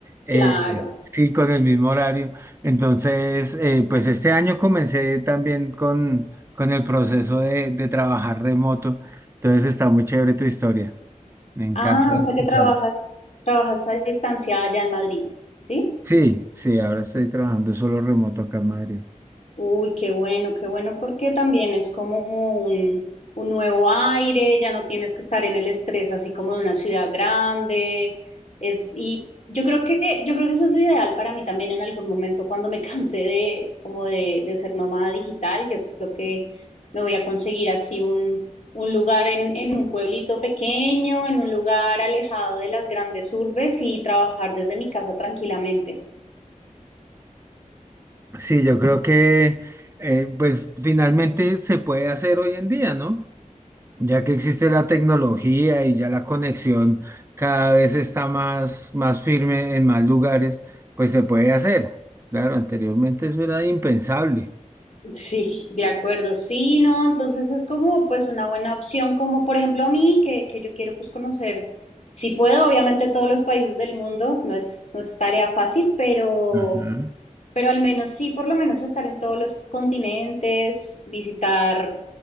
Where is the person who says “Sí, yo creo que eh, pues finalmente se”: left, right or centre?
Right